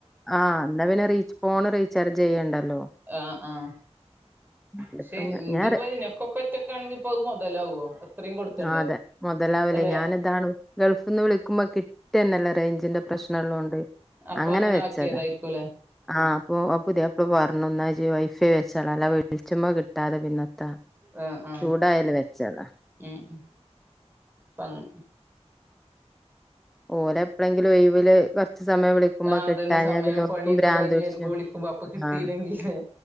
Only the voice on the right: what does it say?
ആഹ് ആഹ് പക്ഷെ
ഇതുപോലെ
നിനക്ക്ക്കൊകെ ഒറ്റക്ക് ഒറ്റക്കാണങ്കി പ്പൊ അത് മൊതലാവോ അത്രയും കൊടുക്കണ്ടേ?
അല്ലെ
അപ്പൊ
ആക്കിയതായിരിക്കുംല്ലേ?
ആഹ് ആഹ്
ഉം ഉം പങ്
ആ
അതന്നെ സമയം
പണിയൊക്കെ
കഴിഞ്ഞ് വരുമ്പോ വിളിക്കുമ്പോ അപ്പൊ കിട്ടിയില്ലെങ്കിലേ